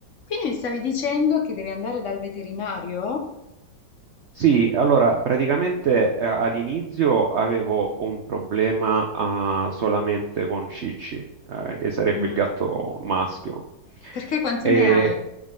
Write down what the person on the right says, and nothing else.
Sì, allora praticamente eh, all'inizio avevo un problema ah, solamente con Cicci, eh, che sarebbe
il gatto maschio.
E